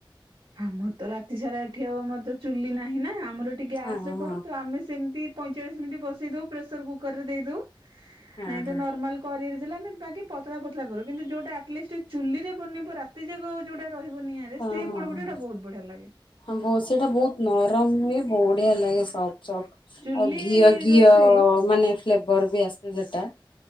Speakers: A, on the right; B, on the left.
A: ଆମର ତ ରାତି ସାରା ଏଠି ଆଉ ଆମର ତ ଚୁଲି ନାହିଁ ନା ଆମର ଏଠି ଗ୍ୟାସ୍
B: ହଁ
A: ରେ
B: ହଁ।
A: କରୁ ତ ଆମେ ସେମିତି ପଇଁଚାଳିଶ ମିନିଟ୍ ବସେଇ ଦେବୁ ପ୍ରେସର କୁକରରେ ଦେଇଦେବୁ
B: ହଁ
A: ନାଇଁ ତ
B: ହଁ।
A: ନର୍ମାଲ କଡେଇରେ ଦେଲେନେ ବାକି ପତଳା ପତଳା କରୁ କିନ୍ତୁ ଯୋଉଟା ଆଟଲିଷ୍ଟ ଚୁଲି ରେ ବନେଇବ ରାତି ଯାକ ଯୋଉଟା ରହିବ ନିଆଁରେ
B: ହଁ
A: ସେଇ
B: ହଁ
A: ପୋଡ଼ପିଠାଟା
B: ହଁ
A: ବହୁତ ବଢ଼ିଆ ଲାଗେ।
B: ହଁ ସେଇଟା ବହୁତ ନରମ ହୁଏ, ବଢ଼ିଆ ଲାଗେ ସଫ୍ଟ୍ ସଫ୍ଟ।
A: ଚୁଲି
B: ଆଉ ଘିଅ, ଘିଅ
A: ରୋଷେଇ
B: ମାନେ ଫ୍ଲେବର ବି ଆସେ ସେଟା।